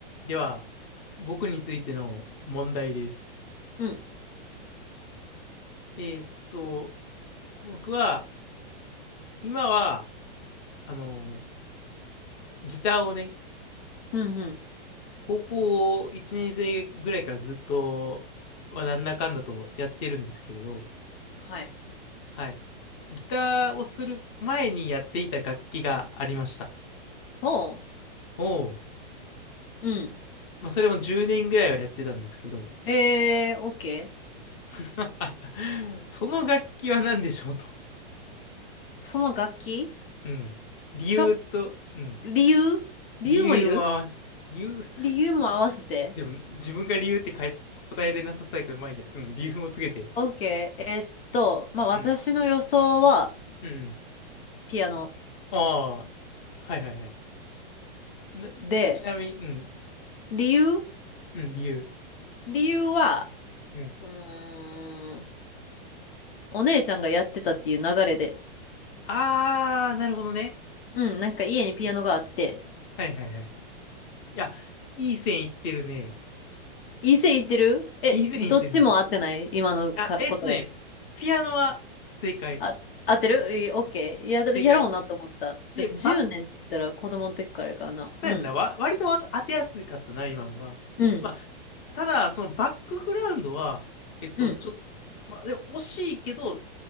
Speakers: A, on the left; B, on the left.
A: では、僕についての問題です。
B: うん、
A: えーっと、僕は、今は、あの、ギターをね、
B: うん、うん。
A: 高校1年生ぐらいからずっと、まあなんだかんだとやってるんですけれど、
B: はい。
A: はい。ギターをする前にやっていた楽器がありました。
B: ほ
A: ほう。
B: うん。うん。
A: まあ、それも10年ぐらいはやってたんですけど、
B: へえ、オッケー。OK
A: <laughs> その楽器は何でしょうと。
B: その楽器
A: うん。理由と、
B: しょ、
A: うん。
B: 理由理由もいる
A: 理由も合わし、理由
B: 理由も合わせて。
A: でも、自分が理由ってかえ答えれなさそうやけど、まあいいや。うん、理由を告げて。
B: オッケー。えっと、まあ、私の予想は
A: うん。うん。
B: ピアノ
A: ああ、はいはいはい。な、
B: で、
A: ちなみに、うん、
B: 理由
A: うん、理由。
B: 理由は、
A: うん。
B: うーん、お姉ちゃんがやってたっていう流れで。
A: ああ、なるほどね。
B: うん、なんか家にピアノがあって。
A: はいはいはい。いや、いい線いってるね。
B: いい線いってるえ、
A: いい線いってるね。
B: どっちも合ってない今のか答え。
A: あ、えっとね、ピアノは正解。
B: あ、合ってるいい、オッケー。やる、
A: 正解。
B: やろうなと思った。
A: で、
B: だって10年って言ったら子供の時からやからな。
A: バッそうやんな。
B: うん。
A: わ、割とわ当てやすかったな、今のな。
B: うん。
A: まあ、ただ、そのバックグラウンドは、えっと、
B: うん。
A: ちょっと、まあ、でも惜しいけど、